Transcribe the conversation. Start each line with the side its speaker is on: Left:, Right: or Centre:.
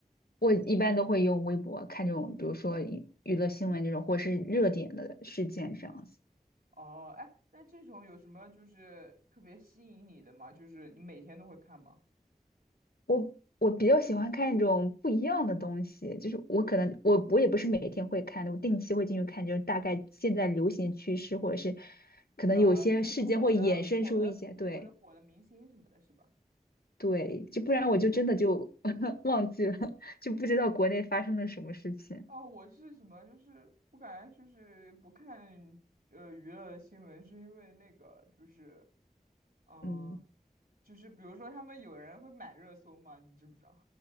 Left: 我一般都会用微博看这种，比如说娱娱乐新闻这种，或者是热点的事件这样子。
Right: 哦，哎，那这种有什么就是特别吸引你的吗？就是你每天都会看吗？
Left: 我我比较喜欢看一种不一样的东西，就是我可能我我也不是每天会看的，我定期会进去看，就是大概现在流行趋势，或者是可能有些事件会衍生出一些，
Right: 啊、就是火的火的或者火的明星什么的，
Left: 对
Right: 是吧？
Left: 对，就不然我就真的就 <laughs> 忘记了，就不知道国内发生了什么事情。
Right: 哦，我是什么？就是我感觉就是不看呃娱乐新闻，是因为那个就是，嗯、
Left: 嗯，
Right: 就是比如说他们有人会买热搜嘛，你知不知道？